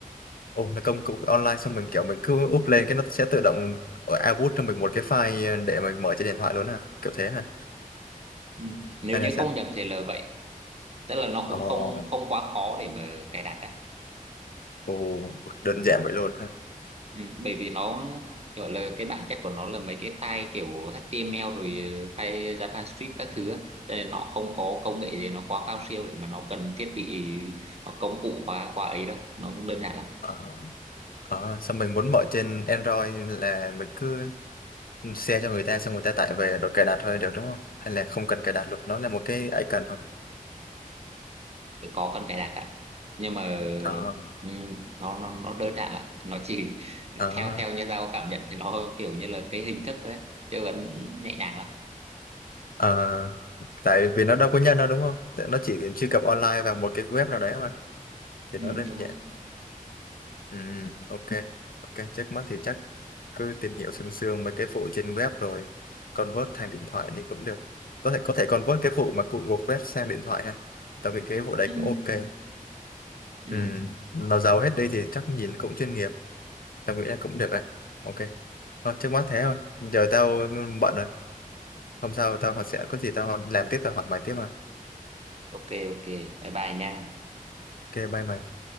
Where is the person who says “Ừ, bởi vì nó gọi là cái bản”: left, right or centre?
Right